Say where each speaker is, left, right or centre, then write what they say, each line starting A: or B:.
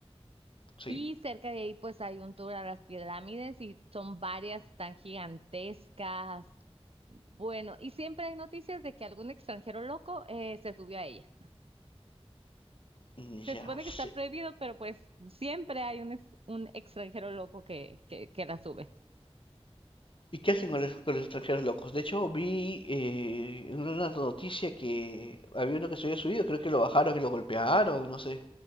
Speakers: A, on the left; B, on the right.
A: Sí,
B: y cerca de ahí pues hay un tour a las pirámides y son varias tan gigantescas. Bueno, y siempre hay noticias de que algún extranjero loco eh, se subió a ella.
A: Mm,
B: Se
A: ya
B: supone
A: sé.
B: que está prohibido, pero pues siempre hay un, ex- un extranjero loco que, que, que la sube.
A: ¿Y qué hacen con los, con los extranjeros locos? De hecho, vi eh, en una noticia que había uno que se había subido, creo que lo bajaron y lo golpearon, no sé.